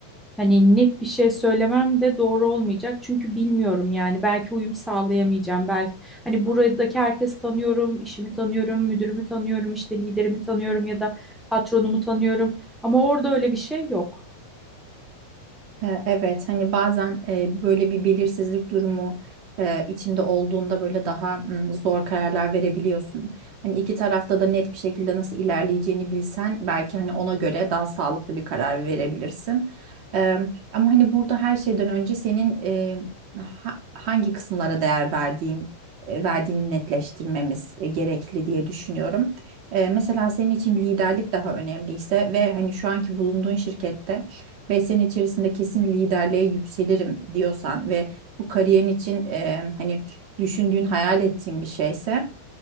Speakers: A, in the centre; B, on the right.
A: Hani net bir şey söylemem de doğru olmayacak çünkü bilmiyorum yani belki uyum sağlayamayacağım belki hani buradaki herkesi tanıyorum işimi tanıyorum müdürümü tanıyorum işte liderimi tanıyorum ya da patronumu tanıyorum ama orada öyle bir şey yok.
B: E, Evet hani bazen e, böyle bir belirsizlik durumu e, içinde olduğunda böyle daha mm, zor kararlar verebiliyorsun. Hani iki tarafta da net bir şekilde nasıl ilerleyeceğini bilsen belki hani ona göre daha sağlıklı bir karar verebilirsin. E, Ama hani burada her şeyden önce senin e, ha- hangi kısımlara değer verdiğin e, verdiğini netleştirmemiz e, gerekli diye düşünüyorum. E, Mesela senin için liderlik daha önemliyse ve hani şu anki bulunduğun şirkette 5 sene içerisinde kesin liderliğe yükselirim diyorsan ve bu kariyerin için e, hani düşündüğün, hayal ettiğin bir şeyse